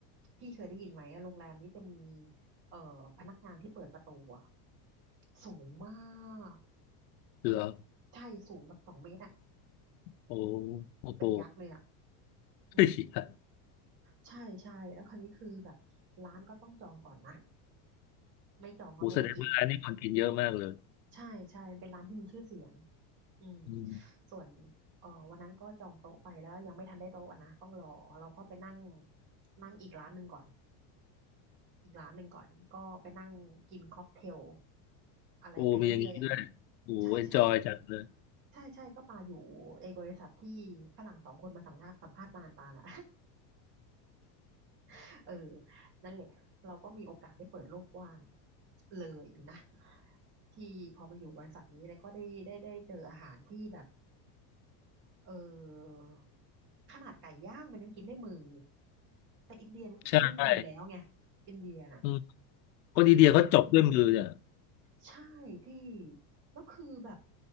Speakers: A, on the right; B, on the left.
A: พี่เคยได้ยินไหมอะโรงแรมนี้จะมีเอ่อพนักงานที่เปิดประตูอะสูงมาก
B: เหรอ
A: ใช่สูงแบบสองเมตรอะ
B: โอ้โอ้โห
A: เป็นยักษ์เลยอะอืม
B: เฮ้ย <laughs>
A: ใช่ใช่แล้วคราวนี้คือแบบร้านก็ต้องจองก่อนนะไม่จองก็ไม่ได้กิน
B: โอ้แสดงว่าอันนี้คนกินเยอะมากเลย
A: ใช่ใช่เป็นร้านที่มีชื่อเสียง อืม
B: อืม
A: ส่วนเอ่อวันนั้นก็จองโต๊ะไปแล้วยังไม่ทันได้โต๊ะอะนะต้องรอเราก็ไปนั่งนั่งอีกร้านหนึ่งก่อนอีกร้านหนึ่งก่อนก็ไปนั่งกินค็อกเทลอะไรไปเรื่อยๆอะนะ
B: โอ้มีอย่างนี้ด้วย โอ้เอนจอยจังเลย
A: ใช่ใช่ใช่ใช่ก็ปาอยู่ไอ้บริษัทที่ฝรั่งสองคนมาสัมภาษณ์สัมภาษณ์มานปาน่ะ <laughs> เออนั่นแหละเราก็มีโอกาสได้เปิดโลกกว้างเลยนะที่พอมาอยู่บริษัทนี้เลยก็ได้ได้ได้เจออาหารที่แบบ เออขนาดไก่ย่างมันยังกินด้วยมือแต่อินเดียมันก็กินด้วยมืออยู่แล้วไง
B: <laughs> ใช่
A: อินเดียน่ะ
B: อืมคนอินเดียเขาจบด้วยมือเนี่ย
A: แบบใช่พี่แล้วคือแบบ